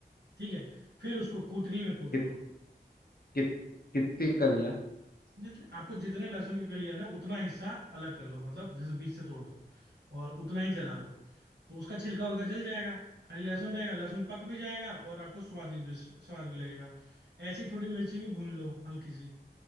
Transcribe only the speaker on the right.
ठीक है फिर उसको कूटनी में कूट
लो
जितने आपको जितने लहसुन की कली है ना उतना हिस्सा अलग कर लो मतलब जैसे बीच से तोड़ दो और उतना ही जला लो तो उसका छिलका उलका जल जाएगा खाली लहसुन रहेगा लहसुन पक भी जाएगा और आपको स्वाद भी स्वाद भी लगेगा ऐसी थोड़ी मिर्ची भी भून लो हल्की सी